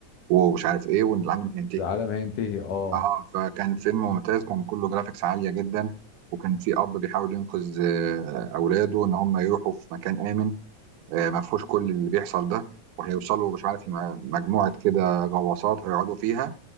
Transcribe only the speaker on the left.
العالم هينتهي اه